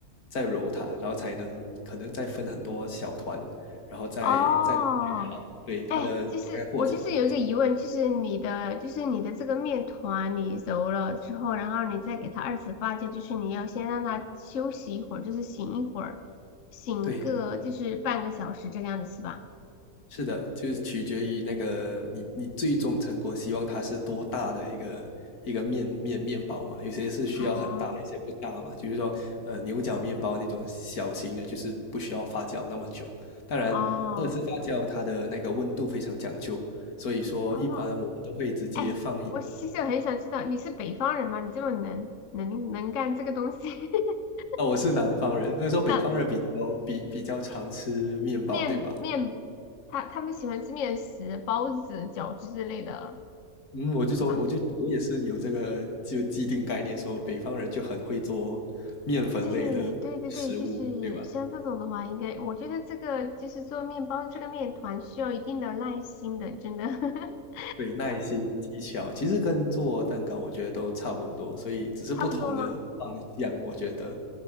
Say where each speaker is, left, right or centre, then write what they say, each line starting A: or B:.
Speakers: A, on the left (about 80°); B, on the left (about 60°).
A: 再揉它，然后才能可能再分很多小团，然后再再
B: 哦，
A: 对它的大概过程就是这样，
B: 哎，就是我就是有一个疑问，就是你的就是你的这个面团你揉了之后，然后你再给它二次发酵，就是你要先让它休息一会儿，就是醒一会儿，醒个就是半个小时这个样子是吧？
A: 对。是的，就是取决于那个你你最终成果希望它是多大的一个一个面面面包嘛，有些是需要很大，
B: 哦
A: 有些不大嘛。就是说，呃，牛角面包那种小型的，就是不需要发酵那么久。当然，
B: 哦
A: 二次发酵它的那个温度非常讲究，所以说一般我都会直接放一。
B: 哦，哎，我其实很想知道你是北方人吗？你这么能能能干这个东西，<laughs>
A: 哦，我是南方人，那时候北方人比较比比较常吃面包，
B: 那面面他他们喜欢吃面食、
A: 对吧？
B: 包子、饺子之类的
A: 嗯，我就说，
B: 吗？
A: 我就我也是有这个就既定概念，说北方人就很会做面粉类的食物，
B: 对对对对，就是像这种的话，
A: 对吧？
B: 应该我觉得这个就是做面包这个面团需要一定的耐心的，真的 <laughs>
A: 对，耐心、技巧，其实跟做蛋糕我觉得都差不多，所以只是不同的方向，
B: 差不多吗？
A: 我觉得，